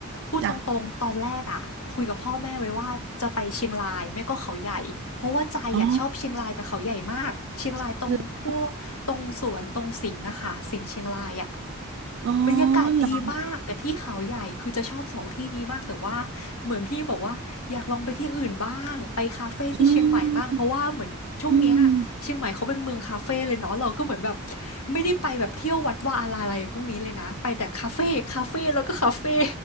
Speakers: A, on the left; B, on the right.
A: พูดตรงๆตอนแรกอะคุยกับพ่อแม่ไว้ว่าจะไปเชียงรายไม่ก็เขาใหญ่เพราะว่าใจอะชอบเชียงรายกับเขาใหญ่มากเชียงรายตรงพวกตรงสวนตรงสิงห์อะค่ะสิงห์เชียงรายอะ
B: จ้ะอ๋อเหรออ๋อ
A: บรรยากาศดีมากกับที่เขาใหญ่คือจะชอบสองที่นี้มากแต่ว่าเหมือนพี่บอกว่าอยากลองไปที่อื่นบ้างไปคาเฟ่ที่เชียงใหม่บ้างเพราะว่าเหมือนช่วงเนี้ยเชียงใหม่เขาเป็นเมืองคาเฟ่เลยเนาะเราก็เหมือนแบบ
B: เหรออืมอืม
A: ไม่ได้ไปแบบเที่ยววัดวาอาราอะไรพวกนี้เลยนะไปแต่คาเฟ่คาเฟ่แล้วก็คาเฟ่